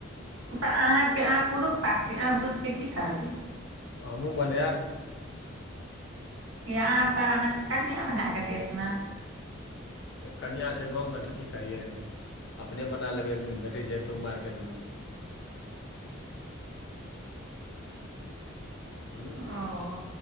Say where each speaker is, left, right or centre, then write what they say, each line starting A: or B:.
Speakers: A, on the right; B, on the left.
A: उसब अहाँके अहाँ पुरुष पात छी, अहाँ बुझिके की करबै।
B: हमहुं बनैब।
A: किया अहाँ तऽ अहाँके कनियां बना कऽ देत नऽ।
B: ए कनियां छै गाँवमे तऽ की करियै। अपने बना लेबै एक दिन भेटै छै, एतउ मार्केटमे। हूँ
A: ओ